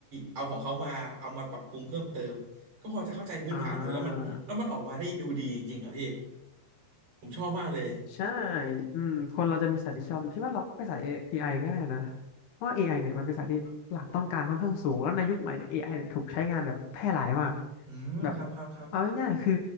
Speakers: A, on the right; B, on the left.
A: เอาของเขามาเอามาปรับปรุงเพิ่มเติมก็พอจะเข้าใจพื้นฐานอยู่แล้วมันแล้วมันออกมาได้ดูดีจริงๆอ่ะพี่
B: อ่า
A: ผมชอบมากเลย
B: ใช่ อืมคนเราจะมีสัตที่ชอบพี่ว่าเราไปสายเอไอก็ได้นะเพราะว่า AI เนี่ยมันเป็นสายที่ตลาดต้องการค่อนข้างสูงแล้วในยุคใหม่เนี่ยเอไอเนี่ยถูกใช้งานแบบแพร่หลายมาก
A: อืมครับครับครับ
B: แบบเอาง่ายๆคือ